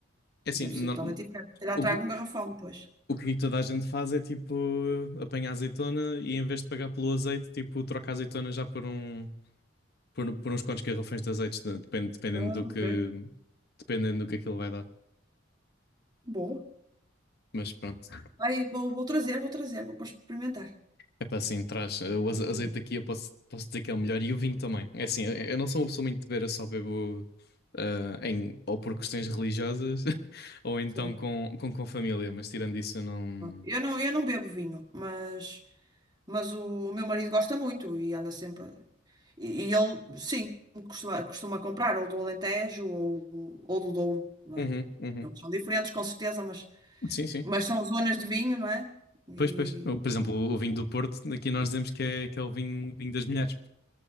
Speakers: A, on the left; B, on the right.
A: É assim,
B: deve
A: não-
B: ser totalmente diferente. Terá
A: o,
B: trago
A: o,
B: um garrafão depois.
A: o que toda a gente faz é tipo apanhar azeitona e em vez de pagar pelo azeite, tipo troca a azeitona já por um por, por uns quantos garrafões de azeite, de- depende, dependendo
B: Ah,
A: do
B: ok.
A: que dependendo do que aquilo vai dar.
B: Boa.
A: Mas pronto.
B: Aí vou, vou trazer, vou trazer, vou para experimentar.
A: Epá, sim, traz. eh, O aze-
B: Sim.
A: azeite aqui eu posso, posso dizer que é o melhor e o vinho também. É assim, eu eu não sou uma pessoa muito de beber, eu só bebo eh, em, ou por questões religiosas <laughs> ou então
B: Sim.
A: com, com, com família, mas tirando isso eu não.
B: Eu não, eu não bebo vinho, mas, mas o, meu marido gosta muito e anda sempre. E, e ele, sim, costuma, costuma comprar ou do Alentejo ou, ou do Douro, não
A: Uhum,
B: é?
A: uhum.
B: Eles são diferentes, com certeza, mas,
A: Sim, sim.
B: mas são zonas de vinho, não é? E
A: Pois, pois. O- Por exemplo, o o vinho do Porto, aqui nós dizemos que é, que é o vinho, vinho das mulheres.